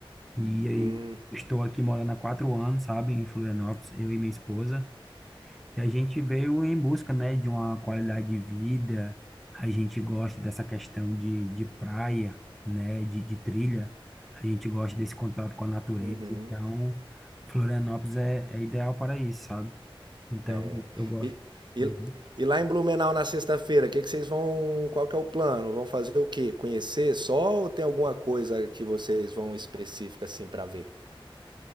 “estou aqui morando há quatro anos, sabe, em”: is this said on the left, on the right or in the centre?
Centre